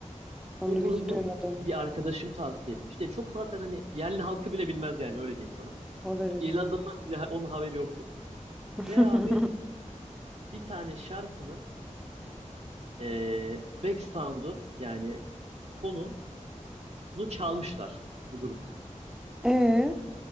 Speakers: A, in the centre; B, on the right.
A: Onu
B: O grubu
A: hiç duymadım.
B: bir arkadaşım tavsiye etmişti. Ya çok zaten hani yerli halkı bile bilmez yani öyle diyeyim sana.
A: O derece.
B: Ya İrlandalılar bile onun haberi yoktur.
A: <laughs>
B: Ve abi bir tane şarkının e, back sound'u yani fonunu çalmışlar bu gruptan.
A: Ee,